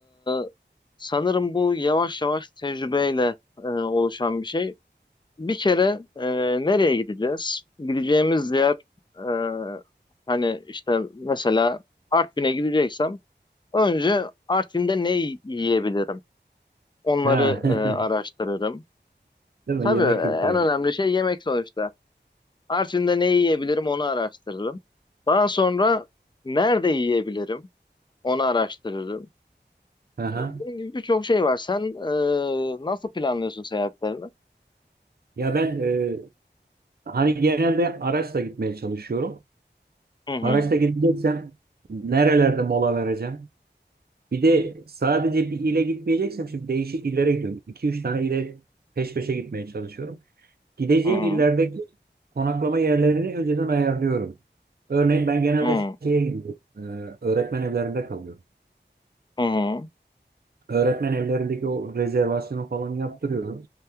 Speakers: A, on the left; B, on the right.
A: e, sanırım bu yavaş yavaş tecrübeyle e, oluşan bir şey. Bir kere e, nereye gideceğiz? Gideceğimiz yer e, hani işte mesela Artvin'e gideceksem önce Artvin'de ne yiyebilirim? Onları
B: Ha. <laughs>
A: e, araştırırım.
B: Değil mi?
A: Tabii
B: Yemek kültürü.
A: en önemli şey yemek sonuçta. Artvin'de ne yiyebilirim onu araştırırım. Daha sonra nerede yiyebilirim onu araştırırım.
B: Aha.
A: E, Bunun gibi birçok şey var. Sen e, nasıl planlıyorsun seyahatlerini?
B: Ya ben e, hani genelde araçla gitmeye çalışıyorum.
A: Hı hı,
B: Araçta gideceksem nerelerde mola vereceğim? Bir de sadece bir ile gitmeyeceksem şimdi değişik illere gidiyorum. 2 üç tane ile peş peşe gitmeye çalışıyorum. Gideceğim
A: hı hı,
B: illerdeki konaklama yerlerini önceden ayarlıyorum. Örneğin ben genelde
A: hı hı.
B: şeye gidiyorum. e, Öğretmen evlerinde kalıyorum.
A: hı hı.
B: Öğretmen evlerindeki o rezervasyonu falan yaptırıyorum.